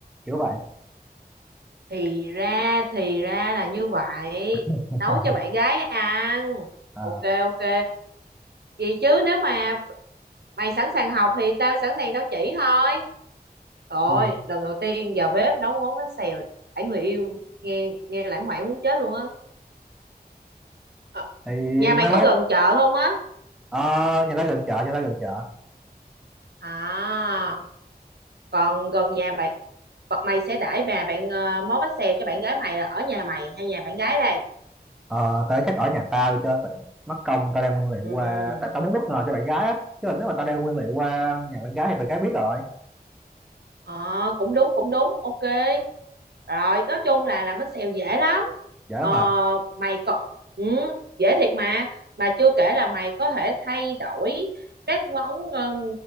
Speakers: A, in the centre; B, on the right.
A: kiểu vậy.
B: thì ra thì ra là như vậy
A: <laughs>
B: nấu cho bạn gái ăn
A: Ờ,
B: ok ok gì chứ nếu mà mày sẵn sàng học thì tao sẵn sàng tao chỉ thôi rồi
A: ừ.
B: lần đầu tiên vào bếp nấu món bánh xèo đãi người yêu nghe nghe lãng mạn muốn chết luôn á Ờ,
A: Thì
B: nhà
A: mai
B: mày có
A: mốt
B: gần chợ không á
A: Ờ, nhà ta gần chợ, nhà ta gần chợ.
B: à còn gần nhà bạn còn mày sẽ đãi bà bạn ờ, món bánh xèo cho bạn gái mày là ở nhà mày hay nhà bạn gái đây
A: Ờ, tao chắc ở nhà tao cho tiện. Mất công tao đem nguyên liệu
B: ừ
A: qua, tại tao muốn bất ngờ cho bạn gái á. Chứ là nếu mà tao đem nguyên liệu qua nhà bạn gái thì bạn gái biết rồi.
B: ờ cũng đúng cũng đúng ok rồi nói chung là làm bánh xèo dễ lắm
A: Dễ
B: ờ
A: mà.
B: mày có ừ dễ thiệt mà mà chưa kể là mày có thể thay đổi các món ờ,